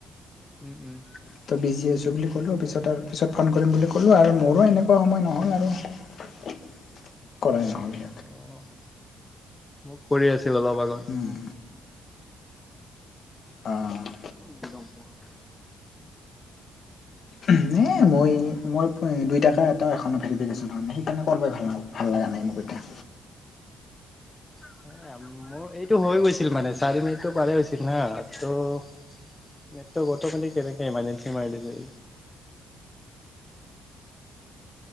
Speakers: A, on the left (about 15°); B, on the left (about 60°).
A: উম, উম।
B: ত' বিজি আছো। বুলি ক'লো পিছত আৰু পিছত ফোন কৰিম বুলি ক'লো, আৰু মোৰো এনেকুৱা সময় নহ'ল আৰু। কৰাই নহ'ল।
A: অ', মোক কৰি আছিল অলপ আগত।
B: উম, অ',
A: <unintelligible>
B: উহ এ মই মোৰ এ দুইটাকাৰ এটা এখনৰ ভেৰিফিকেশ্যন হয় নাই সেইকাৰণে কৰবাই ভাল ন। ভাল লাগা নাই হ'ব দিয়া।
A: <unintelligible> অ' এইটো হৈ গৈছিল মানে চাৰি মিনিটটো পাৰে হৈছিল না ত <unintelligible> গটৰ পানি কেনেকে এমাৰজেঞ্চি মাৰি দিবি।